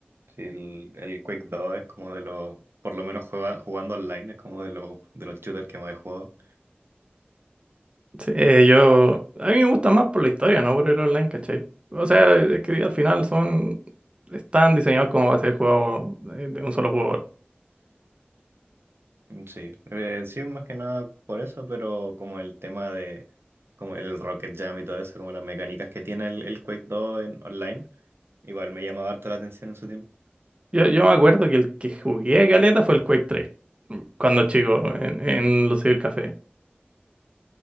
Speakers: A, on the right (about 75°); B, on the right (about 30°).
A: el, el Quake 2 es como de los, por lo menos juega- jugando online, es como de los, de los shooters que más he jugado.
B: Sí, eh, yo, a mí me gusta más por la historia, ¿no? Por el online, ¿cachai? O sea, es que al final son, están diseñados como va a ser el juego eh, de un solo jugador.
A: Mm, Sí, eh, sí, más que nada por eso, pero como el tema de como el Rocket Jam y todo eso, como las mecánicas que tiene el, el Quake dos en online, igual me llamaba harto la atención en su tiempo.
B: Yo, yo me acuerdo que el que jugué caleta fue el Quake 3, mm, cuando chico, en, en los Café.